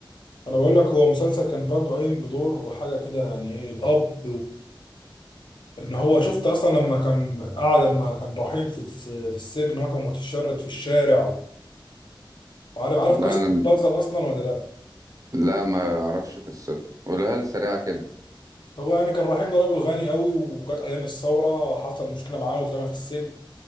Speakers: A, on the left; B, on the right.
A: انا بقول لك هو مسلسل كان برضه قايم بدور حاجه كده يعني ايه الاب ان هو شفت اصلا لما كان قاعد لما كان رايحين في الس- في السجن هو كان متشرد في الشارع وعارف عارف قصه
B: لا انا
A: المسلسل اصلا ولا لا
B: لا ما اعرفش قصته قولها لي سريعه كده
A: هو يعني كان رحيم ده راجل غني قوي وجت ايام الثوره حصل مشكله معاه واترمى في السجن